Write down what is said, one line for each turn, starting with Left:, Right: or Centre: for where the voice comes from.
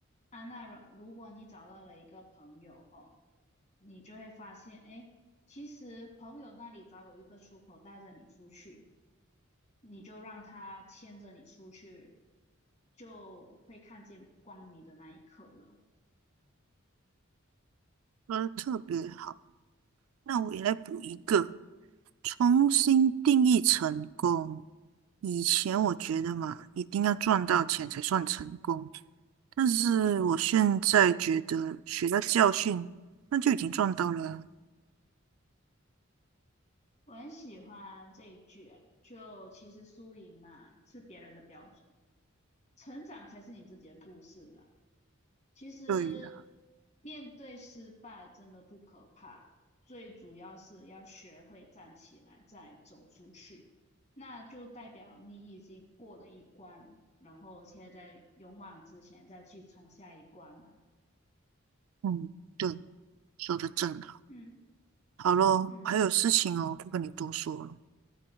Left: 啊。那如如果你找到了一个朋友吼，你就会发现，哎，其实朋友那里早有一个出口带着你出去。你就让他牵着你出去，就会看见光明的那一刻了。
Right: 说的特别好，那我也来补一个。
Left: 嗯，
Right: 重新定义成功。以前我觉得嘛，一定要赚到钱才算成功，但是我现在觉得学到教训，那就已经赚到了啊
Left: 我很喜欢这一句，欸就其实输赢嘛是别人的标准，成长才是你自己的故事啦。其实
Right: 对呀，
Left: 面对失败真的不可怕，最主要是要学会站起来，再走出去。那就代表你已经过了一关，然后现在勇往直前，再去冲下一关了。
Right: 嗯，对，说的正好。
Left: 嗯
Right: 好咯，
Left: 嗯，
Right: 还有事情哦，不跟你多说了。